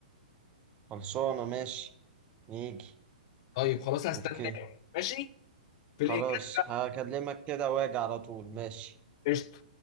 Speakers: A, on the right; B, on the left.
A: خلصانه ماشي يجي
B: طيب خلاص هستناك
A: اوكي
B: ماشي في
A: خلاص
B: الإنجاز
A: هكلمك كده واجي على طول ماشي
B: قشطة